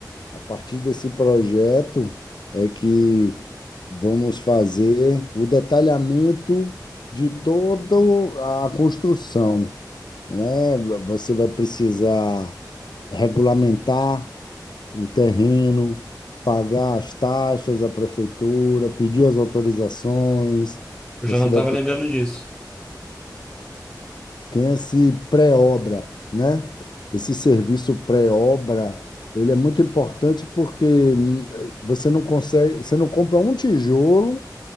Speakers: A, on the left; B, in the centre.
A: A partir desse projeto é que vamos fazer o detalhamento de toda a construção né? Você vai precisar regulamentar o terreno, pagar as taxas à prefeitura, pedir as autorizações.
B: eu
A: Você
B: já não estava
A: vai pe-
B: lembrando disso.
A: tem esse pré-obra, né? Esse serviço pré-obra, ele é muito importante porque hum, você não consegue, você não compra um tijolo